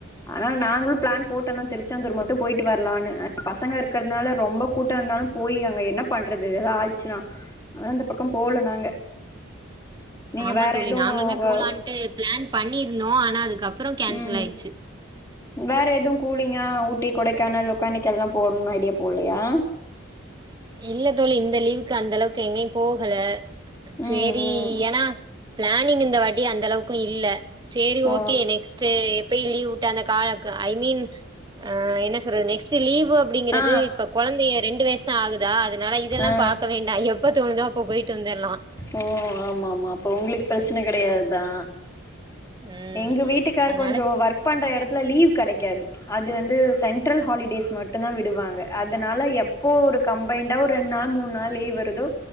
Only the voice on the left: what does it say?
ஆனால் நாங்களு பிளான் போட்டோ தா திருச்சந்தூர் மட்டு போயிட்டு வர்லான்னு பசங்க இருக்கிறனால ரொம்ப கூட்ட ந்தாலு போய் அங்க என்ன பண்றது எதா ஆய்ச்சுன்னா ஆனா இந்த பக்கம் போல நாங்க நீங்க
வேற
எதுவு
கோ
ம்
வேற எதுவு கூலிங்கா ஊட்டி கொடைக்கானல் லொக்கானிக்கல்லா போணுன்ன ஐடியா போல்லையா
ம்
ம்
ஓ
ஆ ஆ
ஆ
ஓ ஆமாமா அப்ப ஒங்குளுக்கு ப்ரச்சன கெடையாதுதா
எங்க வீட்டுக்கார்
கொஞ்சோ ஒர்க் பண்ற எடத்துல லீவ் கெடைக்காது அது வந்து சென்ட்ரல் ஹாலிடேஸ் மட்டுந்தா விடுவாங்க அதனால எப்போ ஒரு கம்பயிண்டா ஒரு ரெண்டு நாள் மூணு நாள் லீவ் வருதோ